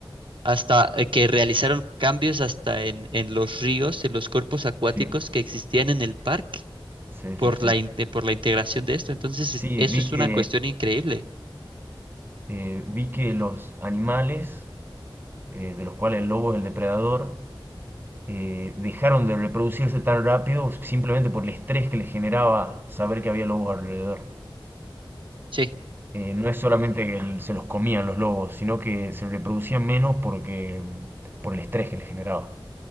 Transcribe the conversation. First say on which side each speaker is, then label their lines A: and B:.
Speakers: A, on the right; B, on the right.
A: hasta eh, que realizaron cambios hasta en, en los ríos, en los cuerpos acuáticos
B: Sí,
A: que existían en el parque
B: sí,
A: por
B: sí, sí.
A: la, in- de- por la integración de esto. Entonces, es-
B: Sí,
A: eso
B: vi
A: es
B: que
A: una cuestión increíble.
B: eh, vi que
A: Dime.
B: los animales, eh, de los cuales el lobo es el depredador, eh, dejaron de reproducirse tan rápido simplemente por el estrés que les generaba saber que había lobos alrededor.
A: Sí.
B: Eh, no es solamente que el- se los comían los lobos, sino que se reproducían menos porque mm, por el estrés que les generaba.